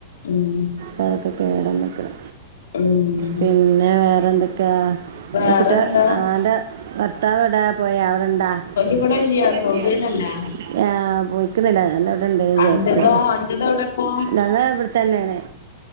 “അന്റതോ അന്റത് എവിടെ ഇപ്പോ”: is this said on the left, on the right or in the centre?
Left